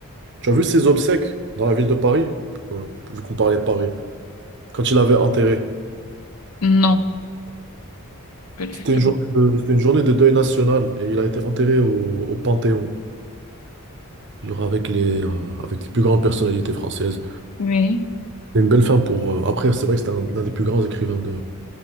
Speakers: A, on the right; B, on the left.
A: tu as vu ses obsèques dans la ville de Paris, Euh, vu qu'on parlait de Paris, quand il avait enterré.
B: Non, pas du
A: C'était
B: tout.
A: une journée de, c'était une journée de deuil national, et il a été enterré au, au Panthéon, genre avec les, euh, avec les plus grandes personnalités françaises.
B: Oui,
A: C'est une belle fin pour... euh, Après, c'est vrai que c'était un, l'un des plus grands écrivains de,